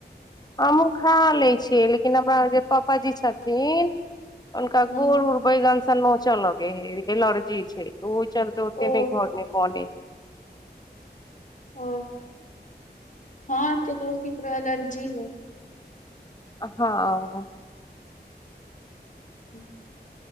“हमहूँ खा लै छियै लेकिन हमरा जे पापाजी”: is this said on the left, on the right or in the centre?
Left